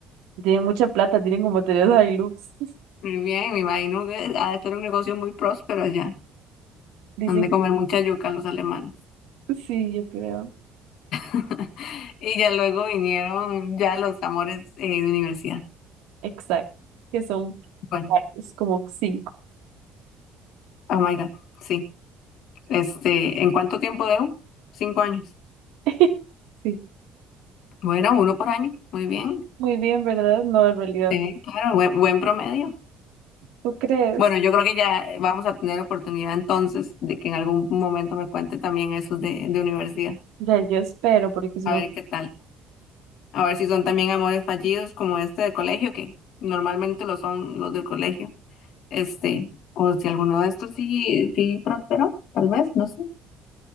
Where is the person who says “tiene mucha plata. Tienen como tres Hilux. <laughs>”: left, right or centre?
Right